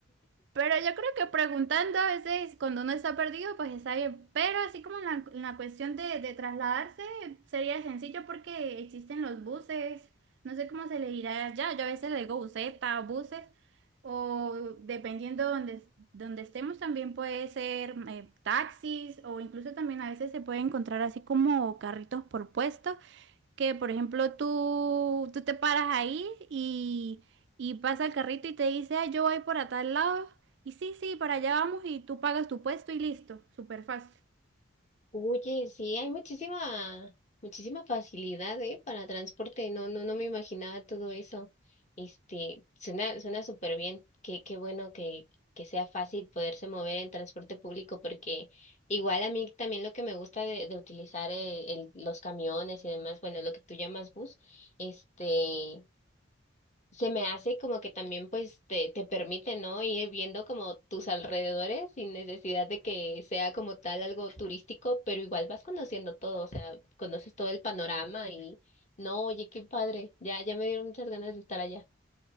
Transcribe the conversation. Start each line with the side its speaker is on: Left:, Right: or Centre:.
Right: Pero yo creo que preguntando a veces cuando uno está perdido, pues está bien. Pero así como en la, en la cuestión de, de trasladarse, sería sencillo porque existen los buses. No sé cómo se le dirá allá. Yo a veces le digo buseta o buses. O dependiendo donde, donde estemos, también puede ser eh, taxis o incluso también a veces se puede encontrar así como carritos por puestos que, por ejemplo, tú, tú te paras ahí y, y pasa el carrito y te dice, "Ay, yo voy para tal lado. Y sí, sí, para allá vamos y tú pagas tu puesto y listo, súper fácil.
Left: Oye, sí, hay muchísima, muchísima facilidad, ¿eh? para transporte. No, no, no me imaginaba todo eso. Este, suena, suena súper bien. Qué, qué bueno que, que sea fácil poderse mover en transporte público, porque igual a mí también lo que me gusta de, de utilizar eh, el- los camiones y demás, bueno, lo que tú llamas bus, este, se me hace como que también pues te, te permite, ¿no? Ir viendo como tus alrededores sin necesidad de que sea como tal algo turístico, pero igual vas conociendo todo, o sea, conoces todo el panorama y no, oye, qué padre, ya, ya me dieron muchas ganas de estar allá.